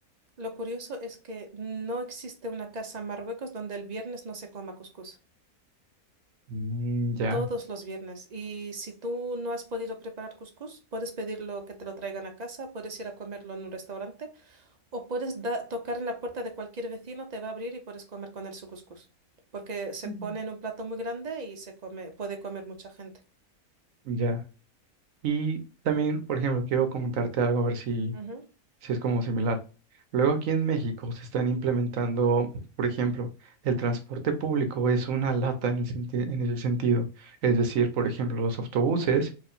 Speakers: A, on the right; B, on the right.
A: lo curioso es que no existe una casa en Marruecos donde el viernes no se coma cuscús.
B: Mm, ya,
A: Todos los viernes. Y si tú no has podido preparar cuscús, puedes pedirlo que te lo traigan a casa, puedes ir a comerlo en un restaurante o puedes da- tocar en la puerta de cualquier vecino, te va a abrir y puedes comer con él su cuscús. Porque se
B: Ujú.
A: pone en un plato muy grande y se come, puede comer mucha gente.
B: ya. Y también, por ejemplo, quiero comentarte algo a ver si
A: Ujú.
B: Sí, es como similar. Luego aquí en México se están implementando, por ejemplo, el transporte público es una lata en el senti- en ese sentido. Es decir, por ejemplo, los autobuses